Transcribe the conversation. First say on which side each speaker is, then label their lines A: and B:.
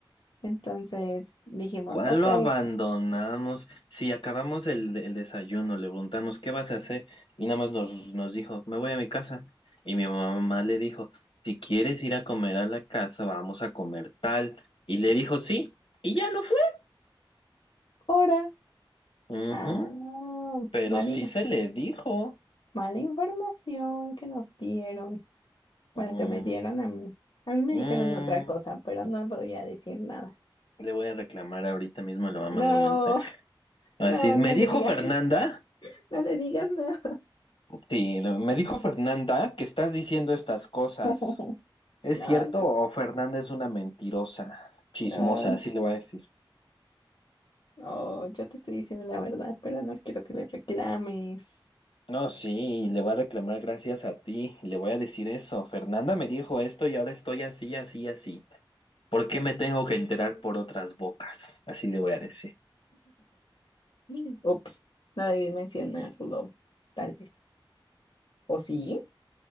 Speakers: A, on the left (about 65°); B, on the left (about 85°).
A: Entonces dijimos,
B: ¿Cuál
A: ok,
B: lo abandonamos? Si acabamos el, el desayuno, le preguntamos, ¿qué vas a hacer? Y nada más nos, nos dijo, me voy a mi casa. Y mi mamá le dijo, si quieres ir a comer a la casa, vamos a comer tal. Y le dijo, sí, y ya no fue.
A: ahora.
B: Ujú,
A: Ah,
B: Pero
A: vale.
B: sí se le dijo.
A: Mala información que nos dieron. Bueno,
B: Mm,
A: que me dieron a mí. A mí me
B: mm.
A: dijeron otra cosa, pero no voy a decir nada.
B: Le voy a reclamar ahorita mismo, le va
A: No,
B: a mandar un mensaje.
A: <laughs>
B: Va
A: no,
B: a decir, me
A: no
B: dijo
A: le digas.
B: Fernanda,
A: <laughs> No le digas nada.
B: sí, lo- me dijo Fernanda que estás diciendo estas cosas.
A: <laughs>
B: ¿Es
A: No,
B: cierto o Fernanda es una mentirosa, chismosa?
A: no.
B: Así le voy a decir.
A: Oh, yo te estoy diciendo la verdad, pero no quiero que le reclames.
B: No, sí, le voy a reclamar gracias a ti, le voy a decir eso. Fernanda me dijo esto y ahora estoy así, así, así. ¿Por qué me tengo que enterar por otras bocas? Así le voy a decir.
A: <laughs> Ups, no debí mencionarlo, tal vez. ¿O sí?